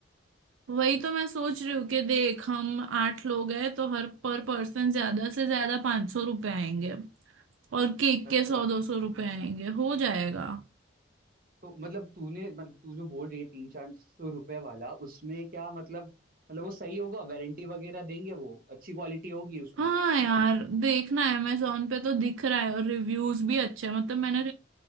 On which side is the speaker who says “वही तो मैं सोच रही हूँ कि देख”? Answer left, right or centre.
Right